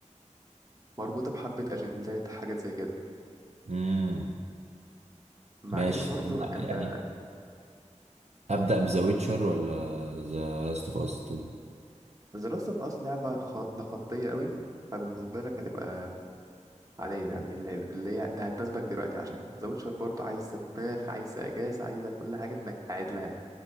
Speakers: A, on the right (about 25°); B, on the right (about 60°).
A: مربوطه بحبه اجندات حاجات زي كده
B: امم
A: مع
B: ماشي
A: ان برضو
B: طب
A: انت
B: أنا يعني ابدأ بذا ويتشر ولا ذا لاست اوف اس 2
A: ذا لاست اوف اس لعبه خ... ده خطيه قوي فبالنسبه لك هتبقى عليا يعني اللي هي اللي هي ده هتناسبك دلوقتي عشان ذا ويتشر برضه عايزة دماغ عايزة إجازة عايزة كل حاجة إنك قاعد لها